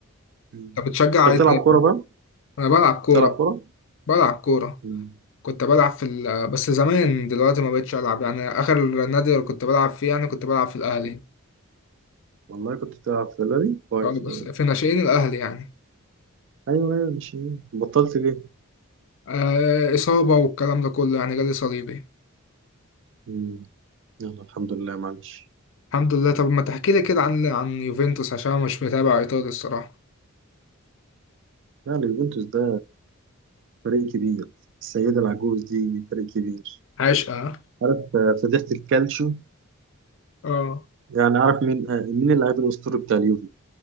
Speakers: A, on the right (about 55°); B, on the left (about 55°).
A: مم.
B: أنت بتشجع
A: أنت
B: إيه
A: بتلعب
B: تاني؟
A: كورة بقى؟
B: أنا بلعب كورة
A: بتلعب كورة؟
B: بلعب كورة
A: مم.
B: كنت بلعب في ال... بس زمان دلوقتي ما بقتش ألعب يعني آخر نادي كنت بلعب فيه يعني كنت بلعب في الأهلي
A: والله كنت بتلعب في اللاري كويس
B: أه، بس في ناشئين الأهلي يعني
A: ايوه ايوه مش بطلت ليه؟
B: آه، إصابة والكلام ده كله يعني جالي صليبي
A: مم. يلا الحمد لله معلش
B: الحمد لله طب ما تحكي لي كده عن عن يوفنتوس عشان أنا مش متابع إيطالي الصراحة
A: يعني يوفنتوس ده فريق كبير السيدة العجوز دي فريق كبير
B: عشقة
A: عارف آه، فضيحة الكالتشو
B: اه
A: يعني عارف مين آه، مين اللاعب الأسطوري بتاع اليوفي